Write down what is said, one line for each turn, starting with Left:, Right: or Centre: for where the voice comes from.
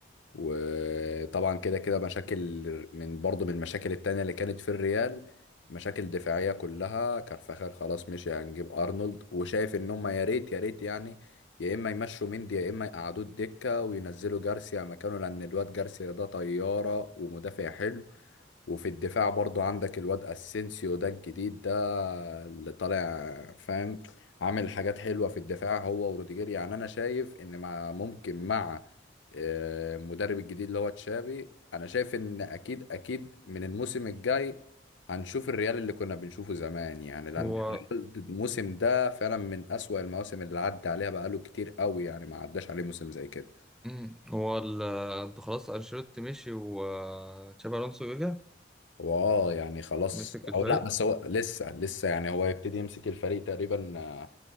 Left: وطبعا كده كده مشاكل من برضو من المشاكل التانية اللي كانت في الريال مشاكل دفاعية كلها كارفاخال خلاص مشي هنجيب أرنولد وشايف إن هما يا ريت يا ريت يعني يا إما يمشوا مندي يا إما يقعدوه الدكة وينزلوا جارسيا مكانه لأن الواد جارسيا ده طيارة ومدافع حلو وفي الدفاع برضو عندك الواد اسينسيو ده الجديد ده اللي طالع فاهم عامل حاجات حلوة في الدفاع هو وروديجير يعني انا شايف ان مع ممكن مع آه، المدرب الجديد اللي هو تشابي انا شايف ان اكيد اكيد من الموسم الجاي هنشوف الريال اللي كنا بنشوفه زمان يعني لان
Centre: هو
Left: الريال الموسم ده فعلا من اسوأ المواسم اللي عدى عليها بقاله كتير قوي يعني ما عداش عليه موسم زي كده
Centre: مم، هو ال- آه، خلاص أنشيلوتي مشي وتشابي ألونسو رجع
Left: هو اه يعني خلاص
Centre: مسك الفريق
Left: او لا بس هو لسه لسه يعني هو يبتدي يمسك الفريق تقريبا آه،